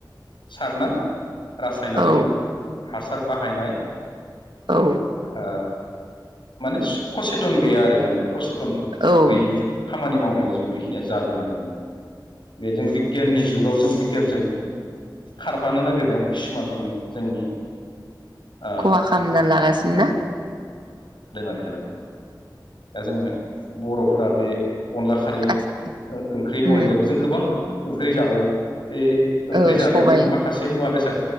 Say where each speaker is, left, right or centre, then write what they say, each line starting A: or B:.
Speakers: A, on the left; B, on the right.
A: सारनाय रासायनारि
B: औ
A: हास सार बाहायनाय
B: औ
A: ओ। माने कसेथन गैया आरो जेनेबा कसेथ थन
B: औ
A: गैयि खामानि मावनायाव जों बेखिनिया जा आरो जा बे जों बिगियाननि जुगाव जों बिगियानजों खारफानो नागिरनायाव किसुमान जोङो जोंनि ओ
B: खहा खालामना लागासिनोना
A: द जेनबा दा जोङो बर'फोरा बे अनला खारै
B: आथि
A: ओंख्रिनि
B: उम
A: अगायाबबो जों गोबां ओंख्रि जाबावो बे ओंख्रि
B: औ
A: जानायाव
B: सबाय
A: जों माखासे मुवा बेसाद